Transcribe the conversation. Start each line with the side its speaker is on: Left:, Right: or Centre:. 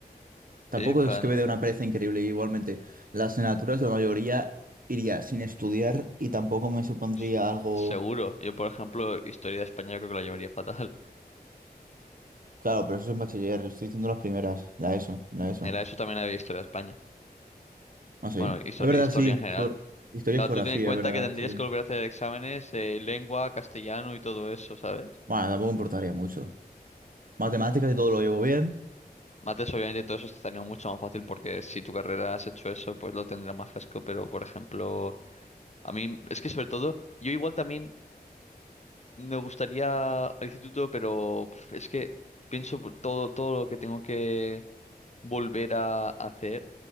Right: Tampoco
Left: Sí, en plan,
Right: es que me dé una pereza increíble, igualmente. Las asignaturas, la mayoría iría sin estudiar y tampoco me supondría
Left: s-
Right: algo
Left: seguro. Yo, por ejemplo, historia de España creo que la llevaría fatal. <laughs>
Right: Claro, pero eso es en bachiller, estoy diciendo las primeras, la ESO, la ESO.
Left: En la ESO también había historia de España.
Right: Ah, sí.
Left: Bueno, historia,
Right: Es verdad,
Left: historia
Right: sí.
Left: en general.
Right: geo- Historia
Left: Claro,
Right: y geografía,
Left: tú ten en cuenta
Right: es verdad,
Left: que tendrías
Right: sí.
Left: que volver a hacer exámenes, eh, lengua, castellano y todo eso, ¿sabes?
Right: Bueno, tampoco importaría mucho. Matemáticas y todo lo llevo bien.
Left: Mates, obviamente todo eso estaría mucho más fácil porque si tu carrera has hecho eso, pues lo tendrás más fresco, pero por ejemplo, a mí es que sobre todo, yo igual también me gustaría al instituto, pero pf, es que pienso por todo, todo lo que tengo que volver a hacer,